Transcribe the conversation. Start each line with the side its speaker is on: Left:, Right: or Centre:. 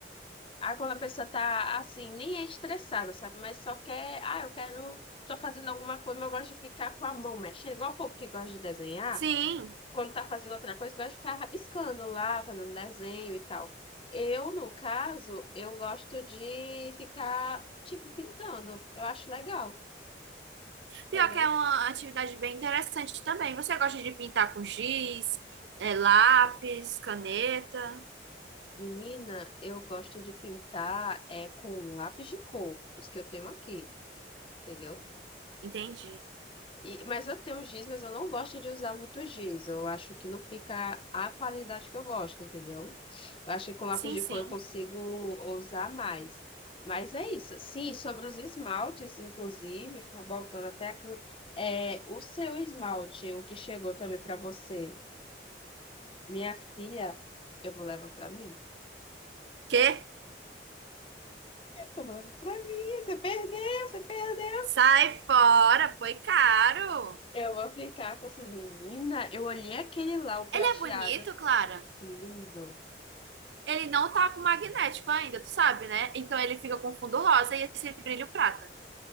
Left: Ah, quando a pessoa tá assim, nem é estressada, sabe? Mas só quer, ah, eu quero, tô fazendo alguma coisa, mas eu gosto de ficar com a mão mexendo. Igual o povo que gosta de desenhar,
Right: Sim.
Left: quando tá fazendo outra coisa, gosta de ficar rabiscando lá, fazendo desenho e tal. Eu, no caso, eu gosto de ficar, tipo, pintando. Eu acho legal, entendeu?
Right: Pior que é uma atividade bem interessante também. Você gosta de pintar com giz, é, lápis, caneta?
Left: Menina, eu gosto de pintar é, com lápis de cor, os que eu tenho aqui, entendeu?
Right: Entendi.
Left: E- mas eu tenho giz, mas eu não gosto de usar muito giz. Eu acho que não fica a qualidade que eu gosto, entendeu? Eu acho que com lápis
Right: Sim,
Left: de
Right: sim.
Left: cor eu consigo usar mais. Mas é isso. Sim, sobre os esmaltes, inclusive, voltando até aqui, é, o seu esmalte, o que chegou também para você, minha filha, eu vou levar para mim.
Right: Quê?
Left: Eu vou levar para mim. Você perdeu, você perdeu.
Right: Sai fora, foi caro.
Left: Eu vou ficar com essas meninas. Eu olhei aquele lá, o prateado,
Right: Ele é bonito, Clara.
Left: lindo.
Right: Ele não tá com magnético ainda, tu sabe, né? Então ele fica com fundo rosa e esse brilho prata.